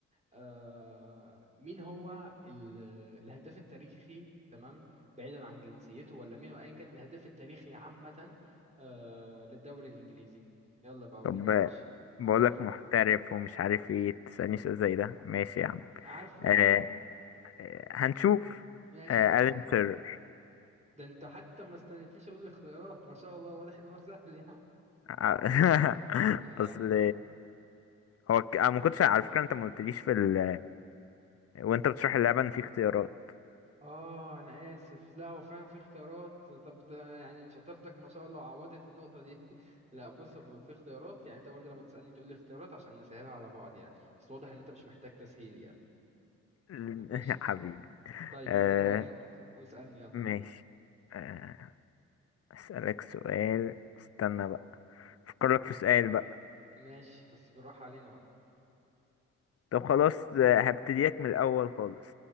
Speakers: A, on the right (about 25°); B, on the left (about 50°).
A: آه مين هو ال- الهداف التاريخي تمام بعيدا عن جنسيته ولا مين وأيا كان الهداف التاريخي عامة آه للدوري الإنجليزي يلا بقى ورينا
B: طب
A: يا باشا
B: بقولك
A: هقول لك
B: محترف ومش عارف ايه تسألني سؤال زي ده ماشي يا عم
A: عارفه
B: آه
A: يعني
B: آه، هنشوف
A: ماشي
B: آه ألين تيرر
A: ده أنت حتى ما استنيتنيش أقول الاختيارات ما شاء الله واضح إن هو <laughs> سهل يعني
B: <laughs>
A: يا لهوي
B: اصل هو ك... انا ما كنتش على فكرة انت ما قلتليش في ال... وانت بتشرح اللعبة ان في اختيارات
A: اه انا اسف لا هو فعلا في اختيارات طب ده يعني شطارتك ما شاء الله عوضت النقطه دي <laughs> لا بص هو بيبقى في اختيارات يعني انت برضه لما تسالني تقول لي اختيارات عشان نسهلها على بعض يعني بس واضح ان انت مش محتاج تسهيل يعني
B: <laughs>
A: ماشي
B: حبيبي
A: طيب
B: آه
A: انت كده واحد واسالني يلا
B: ماشي آه اسألك سؤال استنى بقى افكرلك في سؤال بقى
A: ماشي بس بالراحه علينا بقى
B: طب خلاص آه، هبتديلك من الاول خالص